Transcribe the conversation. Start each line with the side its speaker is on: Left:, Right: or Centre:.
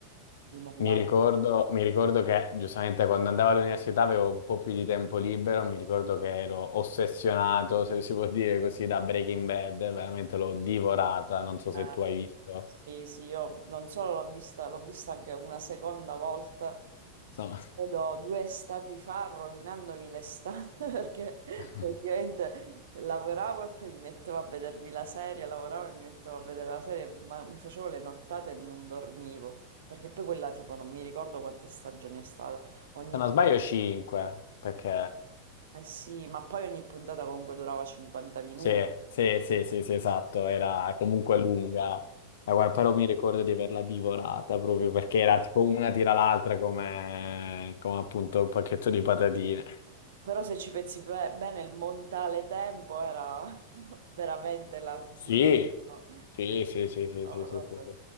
Right: di mollare.
Left: Mi ricordo, mi ricordo che giustamente quando andavo all'università avevo un po' più di tempo libero, mi ricordo che ero ossessionato, se si può dire così, da Breaking Bad, veramente l'ho divorata, non so se
Right: Eh,
Left: tu hai visto.
Right: sì, sì, io non solo l'ho vista, l'ho vista anche una seconda volta,
Left: Sono-
Right: credo due estati fa, rovinandomi l'estate, <laughs> perché
Left: <laughs>
Right: praticamente lavoravo e poi mi mettevo a vedermi la serie, lavoravo e mi mettevo a vedere la serie, ma mi facevo le nottate e non dormivo, perché poi quella tipo non mi ricordo quante stagioni è stata, ogni,
Left: se non sbaglio 5, perché
Right: eh sì, ma poi ogni puntata comunque durava 50 minuti.
Left: sì, sì, sì, sì, sì, esatto, era comunque lunga, Ma guarda, però mi ricordo di averla divorata proprio perché era tipo una tira l'altra come, come appunto un pacchetto di patatine.
Right: Però se ci pensi be- bene, il montale tempo era <laughs> veramente larghissimo.
Left: Sì,
Right: No,
Left: sì, sì, sì, sì,
Right: Orlando-
Left: sì, sì, sì,
Right: no,
Left: sì.